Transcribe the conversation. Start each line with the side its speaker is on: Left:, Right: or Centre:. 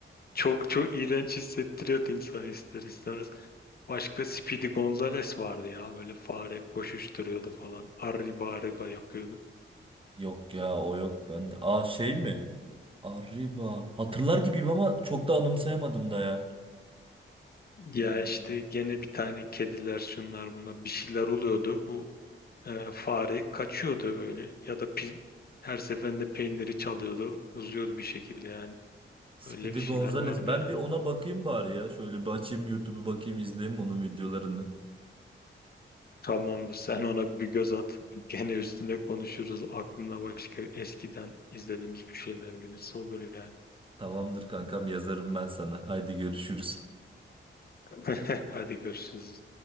Left: çok çok iğrenç hissettiriyordu insan ister istemez. Başka Speedy Gonzales vardı ya böyle fare koşuşturuyordu falan. Arriba arriba yapıyordu.
Right: Yok ya o yok bende. Aa şey mi? Arriba. Hatırlar gibiyim ama çok da anımsayamadım da ya.
Left: Ya
Right: Hmm.
Left: işte gene bir tane kediler şunlar bunlar bir şeyler oluyordu. e, fare kaçıyordu böyle ya da pi- her seferinde peyniri çalıyordu, uzuyordu bir şekilde yani.
Right: Speedy
Left: Öyle bir şeyler
Right: Gonzales.
Left: vardı
Right: Ben
Left: yani.
Right: bir ona bakayım bari ya. Şöyle bir açayım YouTube'u bakayım izleyeyim onun videolarını.
Left: Tamamdır sen ona bir göz at. <laughs> Gene üstüne konuşuruz. Aklına başka eskiden izlediğimiz bir şeyler gelirse olur yani.
Right: Tamamdır kankam yazarım ben sana. Haydi görüşürüz.
Left: <laughs> Hadi görüşürüz.